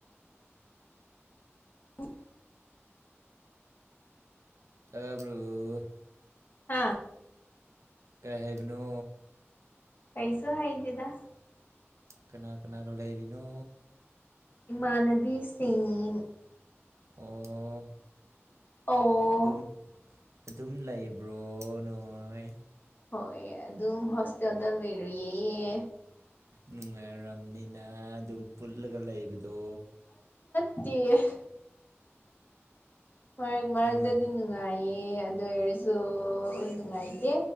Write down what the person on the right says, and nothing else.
ꯇꯥꯕ꯭ꯔꯣ
ꯀꯩ ꯍꯥꯏꯕꯅꯣ
ꯀꯅꯥ ꯀꯅꯥꯒ ꯂꯩꯔꯤꯅꯣ
ꯑꯣ
ꯑꯗꯨꯝ ꯑꯗꯨꯝ ꯂꯩꯕ꯭ꯔꯣ ꯅꯣꯏ
ꯅꯨꯡꯉꯥꯏꯔꯝ ꯅꯤꯅ ꯑꯗꯨꯝ ꯄꯨꯜꯂꯒ ꯂꯩꯕꯗꯣ
ꯅꯨꯡꯉꯥꯏ